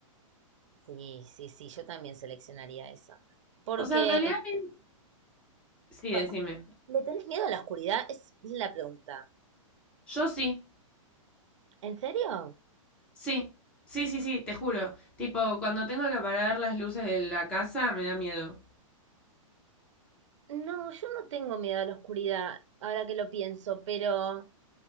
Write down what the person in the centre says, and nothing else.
O sea, en realidad a mí- sí, decime.
Yo sí,
sí, sí, sí, sí, te juro. Tipo, cuando tengo que apagar las luces de la casa me da miedo.